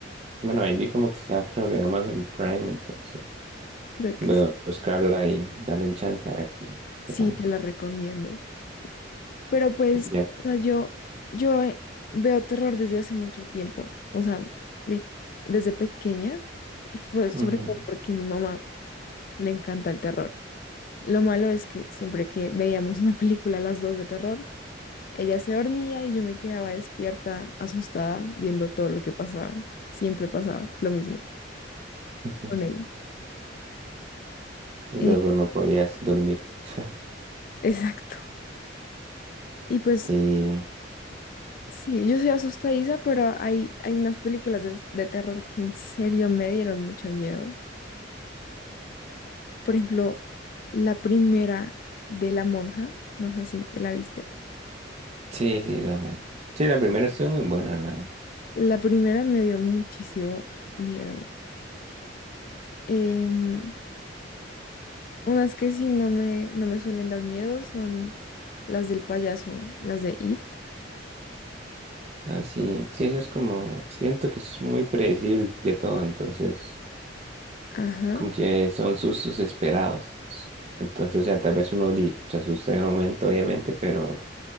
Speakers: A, on the right; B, on the left.
A: Bueno, ahí vi como que está, creo que en Amazon Prime, entonces.
B: Creo
A: Voy
B: que sí,
A: a buscarla y darle un chance a ver qué,
B: sí,
A: qué tal.
B: te la recomiendo. Pero pues,
A: Y ya.
B: o sea, yo, yo eh, veo terror desde hace mucho tiempo, o sea, li- desde pequeña, y fue sobre
A: Ujú,
B: todo porque a mi mamá le encanta el terror. Lo malo es que siempre que veíamos una <laughs> película a las dos de terror, ella se dormía y yo me quedaba despierta, asustada, viendo todo lo que pasaba. Siempre pasaba lo mismo
A: ujú.
B: con ella.
A: Y
B: Eh,
A: luego no podías dormir. <laughs>
B: <laughs> exacto. Y pues
A: Sí,
B: sí, yo soy asustadiza, pero hay, hay unas películas de, de terror que en serio me dieron mucho miedo. Por ejemplo, la primera de La Monja, no sé si te la viste.
A: sí, sí, la, mu- sí, la primera estuvo muy buena, la,
B: La primera me dio muchísimo miedo. Em, Unas que sí no me, no me suelen dar miedo son las del payaso, las de It.
A: ah, sí, sí, eso es como, siento que es muy predecible todo, entonces,
B: Ajá.
A: como que son sustos esperados, entonces, o sea, tal vez uno di- se asusta en el momento, obviamente, pero,